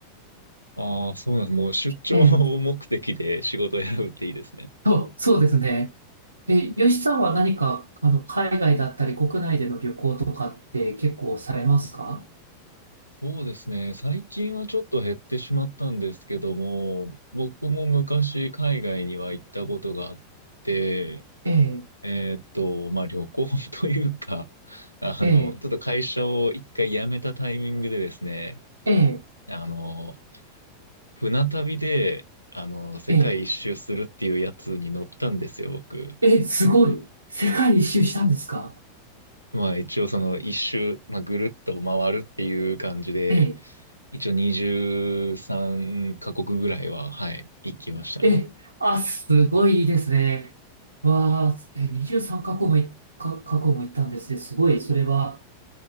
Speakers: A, on the left; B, on the right.
A: ああ、そうなんです。もう出張を目的で仕事を選ぶっていいですね。
B: ええ。そう、そうですね。え、吉さんは何か、あの、海外だったり国内での旅行とかって結構されますか
A: そうですね。最近はちょっと減ってしまったんですけども、僕も昔海外には行ったことがあって、
B: ええ、
A: えーっと、まあ旅行 <laughs> というか、<laughs> あの、
B: ええ、
A: ちょっと会社を一回辞めたタイミングでですね、
B: ええ、
A: あの、船旅で、あの、世界一周するっていうやつに乗ったんですよ、
B: ええ、
A: 僕。
B: ええ、すごい。世界一周したんですか
A: まあ一応その一周、まあ、ぐるっと回るっていう感じで、
B: ええ
A: 一応23カ国ぐらいは、はい、行きましたね。
B: え、あ、すごいいいですね。わあ、え、23カ国もい、か、カ国も行ったんですね。すごい、それは、